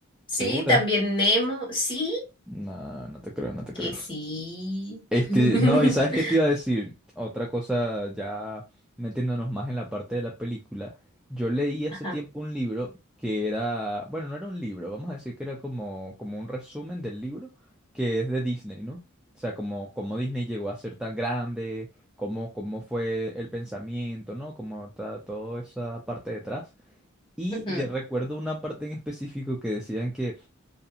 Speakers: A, on the left (about 25°); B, in the centre.
A: Sí,
B: ¿Segura?
A: también Nemo. Sí,
B: No, no te creo, no te creo.
A: que sí.
B: Este,
A: <laughs>
B: no, y sabes qué te iba a decir, otra cosa ya metiéndonos más en la parte de la película, yo leí hace
A: Ajá.
B: tiempo un libro que era, bueno, no era un libro, vamos a decir que era como, como un resumen del libro que es de Disney, ¿no? O sea, como, como Disney llegó a ser tan grande, cómo, cómo fue el pensamiento, ¿no? Como ta- toda esa parte detrás. Y
A: ujú,
B: ya recuerdo una parte en específico que decían que,